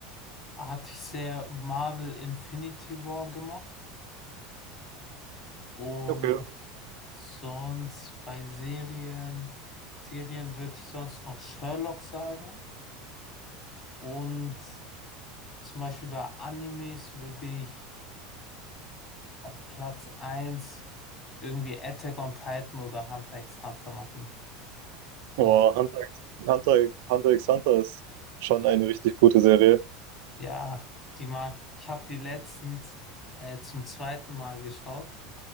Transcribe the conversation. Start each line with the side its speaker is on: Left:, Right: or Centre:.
Left: hatte ich sehr Marvel Infinity War gemacht und
Right: Okay.
Left: sonst bei Serien, Serien würde ich sonst noch Sherlock sagen und zum Beispiel bei Animes würde ich auf Platz eins irgendwie Attack on Titan oder Hunter x Hunter machen. So,
Right: Boah, Hunter, x- Hunter, Hunter x Hunter ist schon eine richtig gute Serie.
Left: ja, die mag. Ich habe die letztens äh, zum zweiten Mal geschaut.